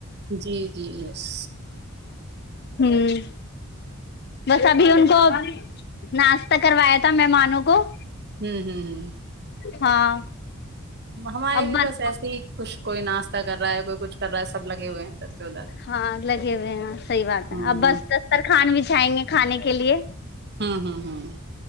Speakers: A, on the right (about 50°); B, on the left (about 50°).
A: جی جی یس
B: ہوں بس ابھی ان کو ناشتہ کروایا تھا مہمانوں کو
A: ہوں ہوں ہ
B: ہاں
A: ہمارے
B: اب
A: بھی
B: بن
A: بس ایسے ہی کچش کوئی ناشہ کر رہا ہے کوئی کچھ کر رہا ہے سب لگے ہوئے ہیں سے ادھر
B: ہاں لگے ہوئے ہیں صحیح بات ہے
A: ہوں
B: اب بس
A: ہوں
B: دستر خوان بھی چھائیں گے کھانے کے لیے
A: ہوں ہوں ہوں